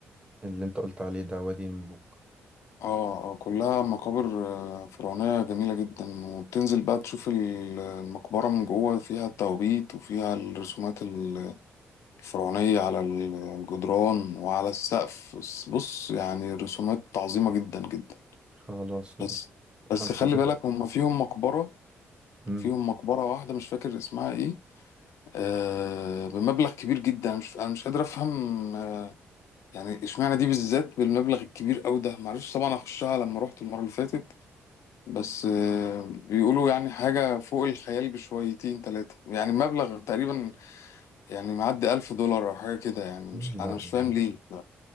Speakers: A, on the right; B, on the left.
A: اللي انت قلت عليه ده وادي الملوك
B: اه اه كلها مقابر آه، فرعونية جميلة جدا وبتنزل بقى تشوف ال- المقبرة من جوه فيها التوابيت وفيها الرسومات ال- الفرعونية على ال- الجدران وعلى السقف بس- بص يعني رسومات عظيمة جدا جدا
A: خلاص ماشي
B: بس بس
A: انا
B: خلي
A: بقول
B: بالك هم فيهم مقبرة
A: مم.
B: فيهم مقبرة واحدة مش فاكر اسمها ايه آه بمبلغ كبير جدا مش أنا مش قادر أفهم آه، يعني اشمعنى دي بالذات بالمبلغ الكبير قوي ده معرفش طبعا اخشها لما رحت المره اللي فاتت بس آه، بيقولوا يعني حاجه فوق الخيال بشويتين تلاتة يعني مبلغ تقريبا يعني معدي ألف دولار او حاجه كده يعني مش
A: إيه، لا
B: انا مش
A: انا
B: فاهم ليه ف-